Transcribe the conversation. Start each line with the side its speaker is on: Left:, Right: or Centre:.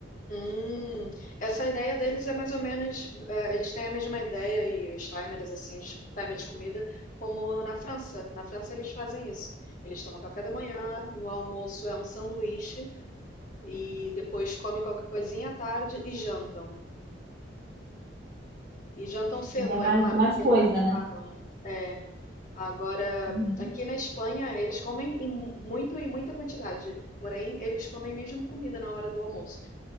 Left: Hum, essa ideia deles é mais ou menos, é, eles têm a mesma ideia e os timers assim, de- timer de comida, como na França. Na França eles fazem isso. Eles tomam café da manhã, no almoço é um sanduíche e depois comem qualquer coisinha à tarde e jantam. E jantam cedo,
Right: E é mais,
Left: é claro,
Right: mais
Left: porque
Right: coisa,
Left: não almoçaram,
Right: né?
Left: né? Agora,
Right: Uhum.
Left: aqui na Espanha eles comem em mu- muito e muita quantidade, porém eles comem mesmo comida na hora do almoço.